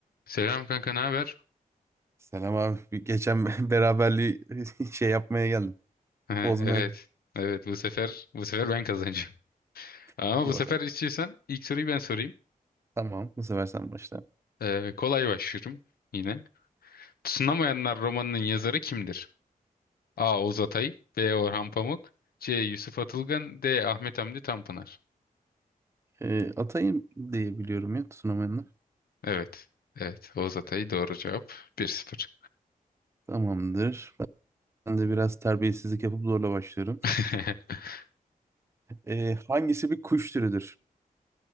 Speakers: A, on the left; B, on the right.
A: Selam kanka, ne haber?
B: Selam abi. Bir Geçen <laughs> beraberliği <laughs> şey yapmaya geldim.
A: Ha,
B: Bozmaya.
A: Evet. Evet bu sefer bu sefer ben kazanacağım. <laughs> Ama
B: Hadi
A: bu
B: bakalım.
A: sefer istiyorsan ilk soruyu ben sorayım.
B: Tamam. Bu sefer sen başla.
A: Ee, kolay başlıyorum yine. Tutunamayanlar romanının yazarı kimdir? A. Oğuz Atay B. Orhan Pamuk C. Yusuf Atılgan D. Ahmet Hamdi Tanpınar.
B: Ee, atayım diye biliyorum ya sunamayanlar.
A: Evet. Evet. Oğuz Atay doğru cevap. bir sıfır.
B: Tamamdır. Ben de biraz terbiyesizlik yapıp zorla başlıyorum.
A: <laughs>
B: Ee, hangisi bir kuş türüdür?